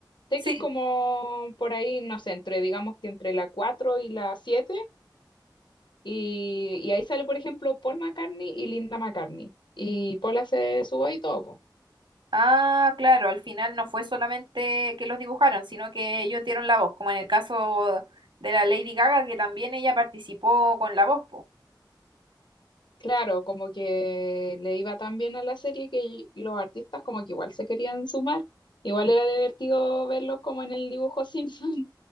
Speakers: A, on the left; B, on the right.
A: Sé
B: Sí.
A: que es como por ahí, no sé, entre, digamos que entre la 4 y la siete Y, y ahí sale, por ejemplo, Paul McCartney y Linda McCartney. Y Paul hace su voz y todo, po.
B: Ah, claro, al final no fue solamente que los dibujaron, sino que ellos dieron la voz, como en el caso de la Lady Gaga, que también ella participó con la voz, po.
A: Claro, como que le iba tan bien a la serie que los artistas como que igual se querían sumar. Igual era divertido verlos como en el dibujo Simpson.